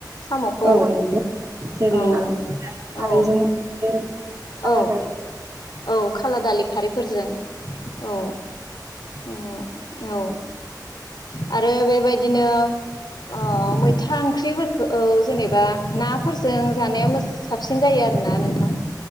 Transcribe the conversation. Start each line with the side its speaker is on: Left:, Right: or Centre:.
Left: साम'खौ
Right: औ नंगौ जेरै
Left: औ
Right: खारैजों
Left: औ।
Right: खाला
Left: औ
Right: दालि
Left: औ खाला दालि खारै फोरजों औ औ औ। आरो बेबायदिनो ओ मैथा ओंख्रिफोरखौ जेनेबा नाफोरजों जानाया साबसिन जायो आरोना नोंथां।